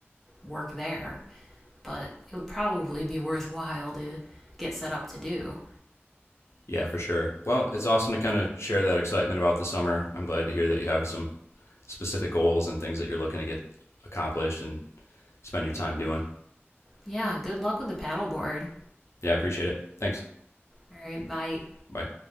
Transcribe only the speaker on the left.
Yeah, for sure. Well, it's awesome to kind of share that excitement about the summer. I'm glad to hear that you have some specific goals and things that you're looking to get accomplished and spend your time doing.
Yeah, I appreciate it. Thanks.
Bye.